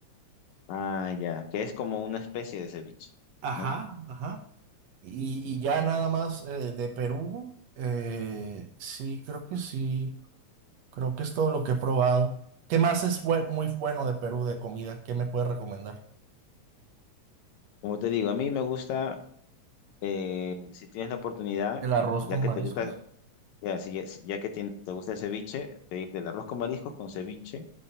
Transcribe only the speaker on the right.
Ajá,
ajá. Y,
y ya
nada más eh, de Perú, eh, sí, creo que sí, creo que es todo lo que he probado. ¿Qué más es bue- muy bueno de Perú de comida? ¿Qué me puedes recomendar?
El arroz
con
mariscos.